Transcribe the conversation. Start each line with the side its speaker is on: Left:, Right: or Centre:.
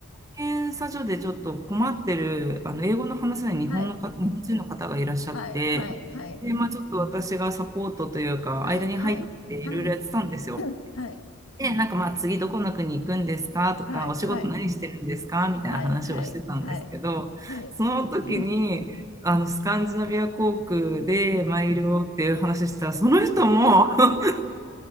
Right: 検査所でちょっと困ってる、あの英語の話せない日本のか、
Left: はい
Right: 日本人の方がいらっしゃって、
Left: はいはいはい
Right: で、まあ、ちょっと私がサポートというか、
Left: はいはいはい
Right: 間に入っていろいろやってたんですよ。
Left: はい
Right: で、なんかまあ次どこの国行くんですかとか、
Left: はいはい
Right: お仕事何してるんですかみたいな話をしてたんですけど、
Left: はいはいはいはいうんうん
Right: その時に、あのスカンジナビア航空でマイルをっていう話したら、その人も <laughs>